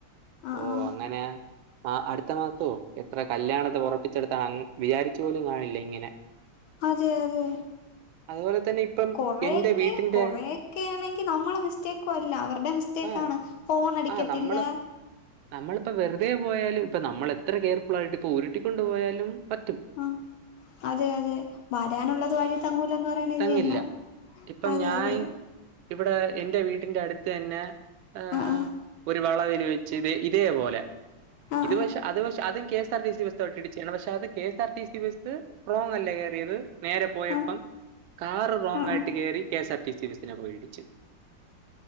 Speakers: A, on the left; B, on the right.
A: ആഹ്
B: ഓ
A: ആഹ്
B: അങ്ങനെ ആഹ് അടുത്ത മാസവും എത്ര കല്യാണത്തെ ഉറപ്പിച്ചെടുത്താണ് വിചാരിച്ചു പോലും കാണില്ല ഇങ്ങനെ
A: അതെ അതെ
B: <unintelligible>
A: കൊറെക്കെ
B: എന്റെ വീട്ടിന്റെ
A: കൊറെൊക്കെ ആണെങ്കിൽ നമ്മളെ മിസ്റ്റേക്കും അല്ല അവരുടെ മിസ്റ്റേക്കാണ്
B: ആ,
A: ഫോൺ അടിക്കത്തില്ല
B: ആ നമ്മള് നമ്മളിപ്പോ വെറുതെ പോയാലും ഇപ്പ നമ്മൾ എത്ര കെയർഫുൾ ആായിട്ട് ഇപ്പൊ ഉരുട്ടിക്ക കൊണ്ട് പോയാലും പറ്റും
A: ആഹ് അതെ അതെ വരാനുള്ളത് വഴി തങ്ങൂലന്ന് പറയണ ഇത്
B: തങ്ങില്ല.
A: തന്നാ
B: ഇപ്പം
A: അതെ
B: ഞാൻ
A: അതെ
B: ഇവിടെ എന്റെ വീടിന്റെ അടുത്ത് തന്നെ ഹ
A: ആഹ്
B: ഒരു വള വെല വച്ചു <unintelligible>
A: ആഹ്
B: ഇത്
A: ആഹ്
B: പക്ഷ അത് പക്ഷ അത K S R T C ബസ്ട്ടിടിച്ചാണ് പക്ഷെ അത് K S R T C bus wrong അല്ല കയറിയത് നേരെ പോയപ്പം
A: ആഹ്
B: കാറ് റോങ്
A: ആഹ്
B: ആയിട്ട് കയറി കെഎസ് ആർ ടി സി ബസിനെ പോയിടിച്ചു